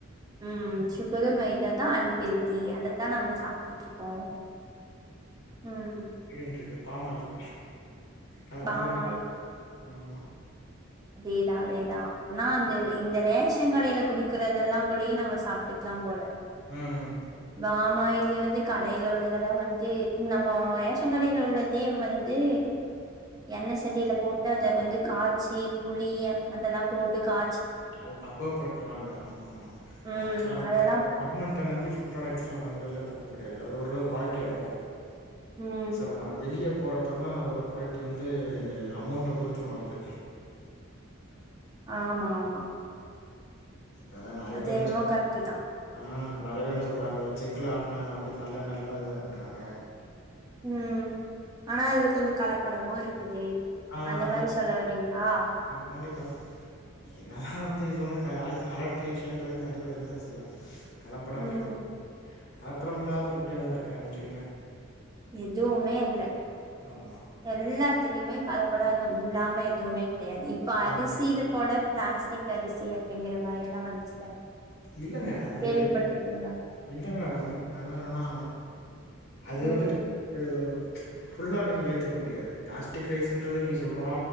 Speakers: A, on the right; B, on the left.
A: ம் சுகரு மைதா தா அன் ஹெல்த்தி அதத்தா நம்ம சாப்ட்டுட்ருக்கோ ம்
B: ஹிட்டன்ட்ருக்கு பாம் ஆயில் அது அத
A: பாம்
B: விட
A: ஆயில்
B: ஆமா
A: அதேதா அதேதா ஆனா அந்த இந்த ரேஷங்கடைல குடுக்கறதெல்லா கூடி நம்ம சாப்ட்டுக்கலா போல
B: ம்
A: நா பாமாயில் வந்து கடைல உள்ளதெல்லா வந்து நம்ம ரேஷங் கடைல உள்ளதே வந்து எண்ணெ சட்டில போட்டு அத வந்து காச்சி புளி அதெல்லா போட்டு கா
B: அத பக்குவப்படுத்துவாங்க ஆமாமா
A: ம்
B: ஆக்சுலா வந்துட்டு
A: அதெல்லா
B: நம்ம கவர்மெண்ட் ட நம்பி ஃபுட்புராடக்ஸ்லா வாங்குறதுல தப்பு கெடையாது அது ஒரளவுக்கு குவாலிட்டியாயிருக்கு
A: ம்
B: அவ்சரமா வெளிய போறப் ப தா அதோட குவாலிட்டி வந்து அமௌண்ட பொறுத்து மாறுது
A: ஆமா ஆமா
B: இப்ப நறைய
A: அது
B: பேர்
A: என்னமோ
B: என்ன சொ
A: கரெக்ட்டு தா
B: ஆ இப்போ நெறைய பேர் என்ன சொல்றாங்க செக்கில ஆட்ன வந்துட்டு நல்லெண்ணல்லா <unintelligible> பண்றாங்க
A: ம் ஆனா அதுல கொஞ்சோ கலப்படமு இருக்குது
B: ஆ
A: அந்த
B: அது
A: மாரி சொல்ல வரீங்ளா
B: கண்டிப்பா நீ என்னா வந்து இது வந்து க ஆல்ட் அலெக்ட்ரிஷன்றது கண்டிப்பா இருக்கத்தா செய்யு கலப்படம்ன்றது
A: ம்
B: கலப்படம் இல்லாத ஃபுட்டு் எதா இருக்கா நீங்க சொல்லுங்க
A: எதுவுமே இல்ல
B: ஆமா
A: எல்லாத்துலயுமே கலப்படங்கள் இல்லாம எதுவுமே கெடையாது இப்ப அரிசீல
B: ம்
A: கோட பிளாஸ்டிக் அரிசி அப்டிங்கிற மாரி எல்லா வந்துச்சு
B: இல்லங்க அது
A: கேள்விப்பட்டிருக்கீங்ளா
B: இல்ல மேடம் அதாவ்து என்னன்னா அது
A: ம்
B: வந்துட்டு அய்யோ ஃபுல்லா நீங்க ஏத்துக்க முடியாது பிளாஸ்டிக் ரைஸ்ன்றது நீங்க சொல்றோ